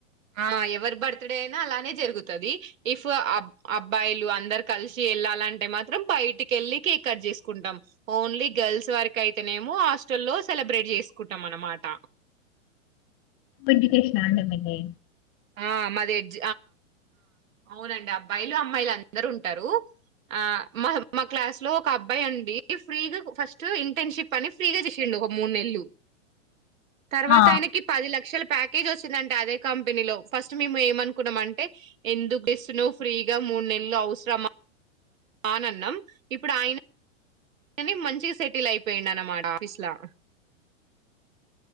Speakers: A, on the right; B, on the left.
A: ఆ ఎవరి బర్త్డే అయినా అలానే జరుగుతుంది ఇఫ్ అబ్బాయిలు అందరు కలిసి వెళ్ళాలంటే మాత్రం బయటికి వెళ్ళి కేక్ కట్ చేసుకుంటాం ఓన్లీ గర్ల్స్ వరకు అయితేనేమో హాస్టల్లో సెలబ్రేట్ చేసుకుంటాం అనమాట
B: ఇడికేష్ ఆ మీది
A: ఆ మాది ఎడ్జ అవునండి అబ్బాయిలు అమ్మాయిలు అందరు ఉంటారు ఆ మా మా క్లాస్ లో ఒక అబ్బాయి అండి ఫ్రీగా ఫస్ట్ ఇంటర్న్షిప్ అని ఫ్రీగా చేసడి ఒక మూడు నెల్లు తర్వాత
B: ఆ
A: ఆయనకి పది లక్షలు ప్యాకేజ్ వచ్చిందంటడి అదే కంపెనీలో ఫస్ట్ మేము ఏమనుకున్నాం అంటే ఎందుకు ఇస్తున్నావ్ ఫ్రీగా మూడు నెలలు అవసరమా ఆనన్నం ఇప్పుడు ఆయన కానీ మంచిగా సెటిల్ అయిపోయిడు అన్నమాట ఆఫీస్లా